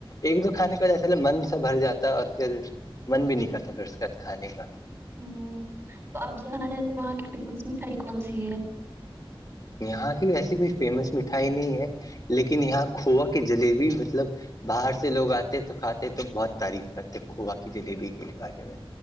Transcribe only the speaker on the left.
ایک دو کھانے کا جیسا من سا بھر جاتا ہے اور پھر من بھی نہیں کرتا پھر اس کے کھانے کا
یہاں کی ایسی کوئی فیمس مٹھائی نہیں ہے لیکن یہاں کھووا کی جلیبی مطلب باہر سے لوگ آتے تو کھاتے تو بہت تعریف کرتے کھوا کی جلیبی کے بارے میں